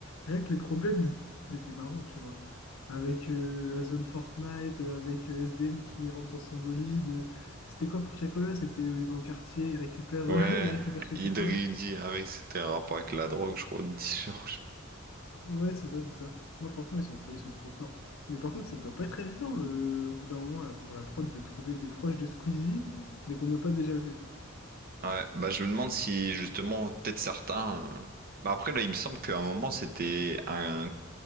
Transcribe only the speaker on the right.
Ouais,
Idridi
avec, c'était un rapport avec la drogue, je crois, de dealer, je sais
pas. Ouais, bah je me demande si justement, peut-être certains. euh, Bah après, là, il me semble qu'à un moment, c'était un,